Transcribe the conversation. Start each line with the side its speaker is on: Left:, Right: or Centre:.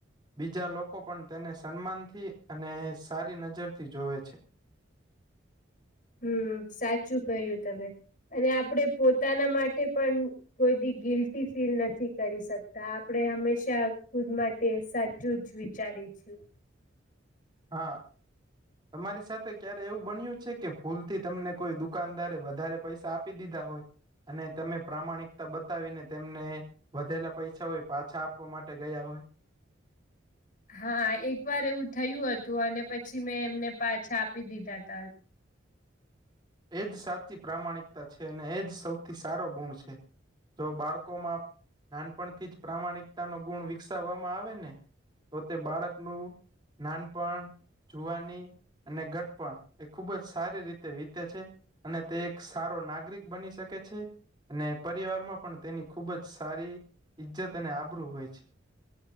Right: બીજા લોકો લોકો પણ તેને સન્માનથી અને સારી નજરથી જોવે છે
Left: હમ સાચું કહ્યું તમે અને આપડે પોતાના માટે પણ કોઈ બી ગિલ્ટી ફીલ નથી કરી શકતા આપણે હંમેશા ખુદ માટે સાચ જ વિચારી છું
Right: હા તમારી સાથે ક્યારે એવું બન્યું છે કે ભૂલથી તમને કોઈ દુખ દુકાનદારે વધારે પૈસા આપી દીધા હોય અને તમે પ્રામાણિકતા બતાવીને તેમને વધેલા પૈસા હોય પાછા આપવા માટે ગયા હોય
Left: હા એક વાર એવું થયું હતું અને પછી મેં એમને પાછા આપી દીધા ત
Right: એજ સાચી પ્રામાણિકતા છે અને એજ સૌથી સારો ગુણ છે જો બાળકોમાં નાનપણથી જ પ્રામાણિકતા ન ગુણ વિકસાવવામાં આવે ને તો તે બાળકનું નાનપણ જવાની અને ગટપણ એ ખુબ જ સારી રીતે વીત છે અને તે એક સારો નાગરિક બની શકે છે અને પરિવારમાં પણ તેની ખુબ જ સારી ઈજ્જત અને આબરૂું હોય છે